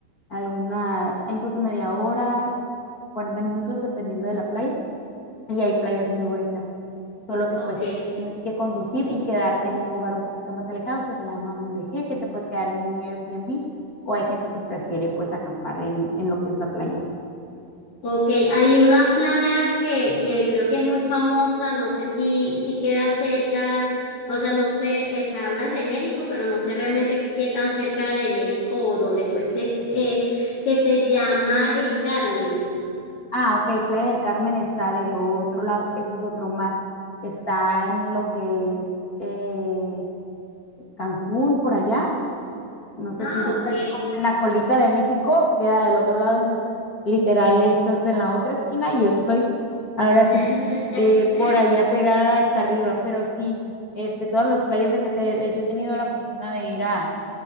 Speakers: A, on the left (about 40°); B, on the left (about 80°).
A: alguna, incluso media hora, 40 minutos, dependiendo de la playa y hay playas muy bonitas. Solo que
B: Ok,
A: pues tienes que conducir y quedarte en un lugar un poquito más alejado que se llama Mulegé, que te puedes quedar en un Airbnb o hay gente que prefiere pues acampar en, en lo que es la playa.
B: ok. Hay una playa que, que creo que es muy famosa, no sé si, si queda cerca, o sea, no sé, eh, se hablan de México, pero no sé realmente qué tan cerca de México o donde tú estés es, que se llama El Carmen.
A: Ah, ok, Playa del Carmen está del otro lado, ese es otro mar. Está en lo que es eh, Cancún, por allá. No sé
B: Ah,
A: si ubicas
B: ok.
A: como en la colita de México, queda del otro lado, entonces literal eso es en la otra esquina y yo estoy ahora sí
B: <laughs>
A: que eh, por allá pegada hasta arriba, pero sí, este, todas las playas de que te- eh, yo he tenido la fortuna de ir a,